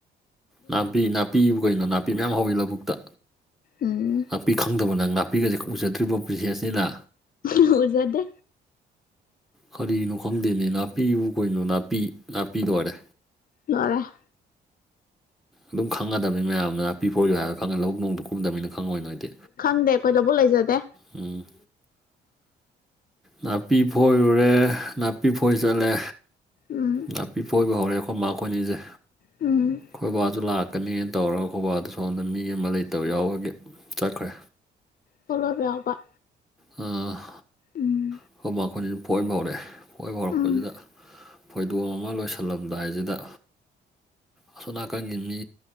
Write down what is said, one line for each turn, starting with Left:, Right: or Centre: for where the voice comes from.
Centre: ꯅꯥꯄꯤ ꯅꯥꯄꯤꯕꯨ ꯀꯩꯅꯣ ꯅꯥꯄꯤ ꯃꯌꯥꯝ ꯍꯧꯋꯤ ꯂꯧꯕꯨꯛꯇ
Left: ꯎꯝ
Centre: ꯉꯥꯛꯄꯤ ꯈꯪꯗꯕꯅ ꯉꯥꯛꯄꯤꯒꯁꯦ ꯎꯖꯗ꯭ꯔꯤꯕ ꯄ꯭ꯔꯤꯊꯦꯅꯤꯅ
Left: ꯑꯣꯖꯗꯦ
Centre: ꯀꯔꯤꯅꯣ ꯈꯪꯗꯦꯅꯦ ꯅꯥꯄꯤꯕꯨ ꯀꯩꯅꯣ ꯅꯥꯄꯤ ꯅꯥꯄꯤ ꯂ ꯑꯣꯏꯔꯦ
Left: ꯑꯔꯦ
Centre: ꯑꯗꯨꯝ ꯈꯪꯉꯗꯕꯅꯤ ꯃꯌꯥꯝꯅ ꯑꯅꯥꯄꯤ ꯐ ꯑꯣꯏꯏꯌꯨ ꯍꯥꯏꯕꯣ ꯈꯪꯉꯅꯤ ꯂꯧꯕꯨꯛ ꯅꯣꯡꯗ ꯀꯨꯝꯗꯕꯅꯤꯅ ꯈꯪꯉꯣꯏ ꯅꯣꯏꯗꯤ
Left: ꯈꯪꯗꯦ ꯑꯩꯈꯣꯏ ꯂꯧꯕꯨꯛ ꯂꯩꯖꯗꯦ
Centre: ꯎꯝ ꯅꯥꯄꯤ ꯐꯣꯏꯔꯨꯔꯦ ꯅꯥꯄꯤ ꯐꯣꯏ ꯆꯠꯂꯦ
Left: ꯎꯝ
Centre: ꯅꯥꯄꯤꯄꯣꯏꯕ ꯍꯧꯔꯛꯑꯦꯈꯣꯏ ꯃꯥꯈꯣꯏꯅꯤꯁꯦ
Left: ꯎꯝ
Centre: ꯑꯩꯣꯏꯕꯥꯁꯨ ꯂꯥꯛꯀꯅꯦꯅ ꯇꯧꯔꯒ ꯑꯩꯣꯏꯕꯥꯗꯨ ꯁꯣꯝꯗ ꯃꯤ ꯑꯃ ꯂꯩꯇꯕ ꯌꯥꯎꯔꯒꯤ ꯆꯠꯈ꯭ꯔꯦ
Left: ꯇꯣꯂ ꯌꯥꯎꯕ
Centre: ꯑ
Left: ꯎꯝ
Centre: ꯑꯩꯈꯣꯏ ꯃꯈꯥꯡꯣꯏꯁꯤꯅ ꯄꯣꯏꯕ ꯍꯧꯔꯛꯑꯦ ꯄꯣꯏꯕ ꯍꯧꯔꯛꯄꯁꯤꯗ
Left: ꯎꯝ
Centre: ꯐꯣꯏꯗꯣꯝ ꯑꯃ ꯂꯣꯏꯁꯤꯜꯂꯝꯗꯥꯏꯁꯤꯗ ꯑꯁꯣꯅꯥꯀꯟꯒꯤ ꯃꯤ